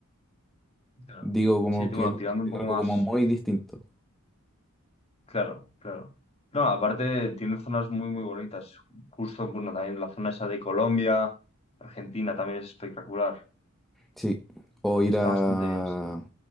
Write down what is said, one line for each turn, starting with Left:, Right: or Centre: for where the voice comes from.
Left: Claro.
Centre: Digo como
Left: Sí, bueno,
Centre: que
Left: tirando
Centre: es
Left: un poco
Centre: algo
Left: más.
Centre: como muy distinto.
Left: Claro, claro. No, aparte tiene zonas muy, muy bonitas. Justo, bueno, también la zona esa de Colombia, Argentina también es espectacular.
Centre: Sí, o ir
Left: Está
Centre: a,
Left: bastante bien, sí.